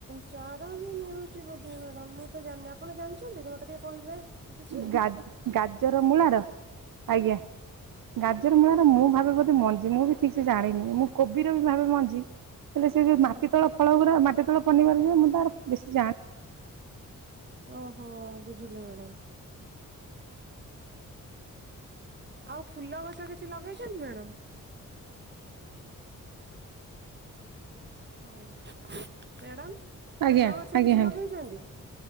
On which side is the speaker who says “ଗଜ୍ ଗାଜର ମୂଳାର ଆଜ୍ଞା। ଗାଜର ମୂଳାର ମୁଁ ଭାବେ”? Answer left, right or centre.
Right